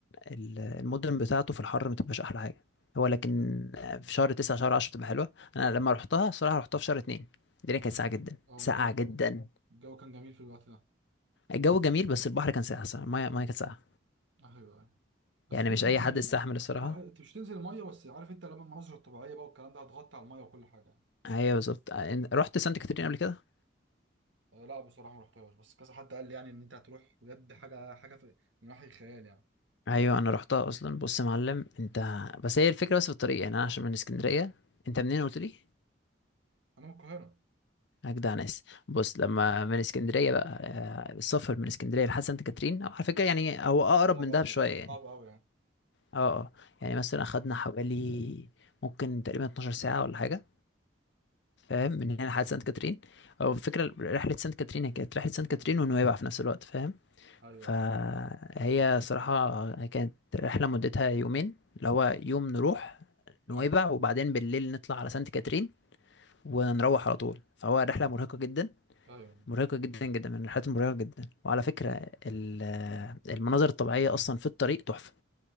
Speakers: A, on the left; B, on the right.
A: ال- المدن بتاعته في الحر ما تبقاش أحلى حاجة هو لكن
B: اه
A: آه، في شهر تسعة شهر عشرة بتبقى حلوة أنا لما روحتها الصراحة روحتها في شهر اتنين الدنيا كانت ساقعة جدا
B: ده
A: ساقعة
B: الجو
A: جدا
B: الجو كان جميل في الوقت ده
A: الجو جميل بس البحر كان ساقع الصراحة. المية المية كانت ساقعة
B: ايوه أيوة. بس
A: يعني
B: جوده
A: مش أي
B: الميه
A: حد يستحمل
B: يعني
A: الصراحة
B: اه آه، انت مش تنزل الميه بس عارف انت لما المناظر الطبيعيه بقى والكلام ده هتغطي على الميه وكل حاجه يعني.
A: أيوة بالظبط آه، إن- رحت سانت كاترين قبل كده
B: آه لا بصراحه ما رحتهاش بس كذا حد قال لي يعني ان انت هتروح بجد حاجه حاجه في من وحي الخيال يعني
A: ايوه انا رحتها اصلا بص يا معلم انت
B: امم
A: بس هي الفكره بس في الطريق يعني انا عشان من اسكندريه انت منين قلت لي
B: انا من القاهره
A: اجدع ناس بص
B: مم.
A: لما من اسكندريه بقى آه، السفر من اسكندريه لحد سانت كاترين أو على فكره يعني هو اقرب
B: صعب
A: من
B: قوي
A: دهب شويه يعني
B: صعب قوي يعني
A: اه اه يعني مثلا اخدنا حوالي ممكن تقريبا 12 ساعه ولا حاجه فاهم من هنا لحد سانت كاترين او الفكره رحله سانت كاترين هي كانت رحله سانت كاترين ونويبع في نفس الوقت فاهم
B: ايوه
A: فهي
B: ايوه
A: صراحة كانت رحلة مدتها يومين اللي هو يوم نروح نويبع
B: اه
A: وبعدين بالليل نطلع على سانت كاترين ونروح على طول فهو رحلة مرهقة جدا
B: ايوه
A: مرهقة جدا جدا من الرحلات المرهقة جدا وعلى فكرة ال-
B: مم.
A: المناظر الطبيعية أصلا في الطريق تحفة